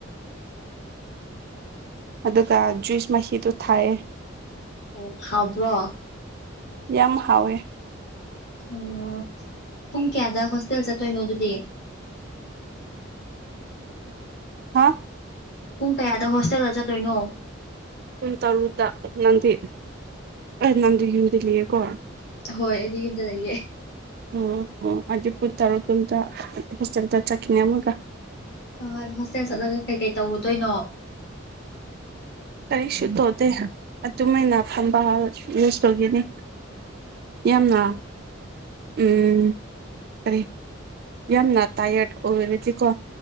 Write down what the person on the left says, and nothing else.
ꯑꯣ ꯍꯥꯎꯕ꯭ꯔꯣ
ꯑꯣ ꯄꯨꯡ ꯀꯌꯥꯗ ꯍꯣꯁꯇꯦꯜ ꯆꯠꯇꯣꯏꯅꯣ ꯑꯗꯨꯗꯤ ꯑꯟꯑꯣꯗꯤꯕꯜ
ꯄꯨꯡ ꯀꯌꯥꯗ ꯍꯣꯁꯇꯦꯜꯗ ꯆꯠꯇꯣꯏꯅꯣ
ꯍꯣꯏ ꯑꯩꯗꯤ ꯌꯨꯝꯗ ꯂꯩꯌꯦ
ꯍꯣꯍꯣꯏ ꯍꯣꯁꯇꯦꯜ ꯆꯠꯂꯒ ꯀꯩꯀꯩ ꯇꯧꯔꯨꯗꯣꯏꯅꯣ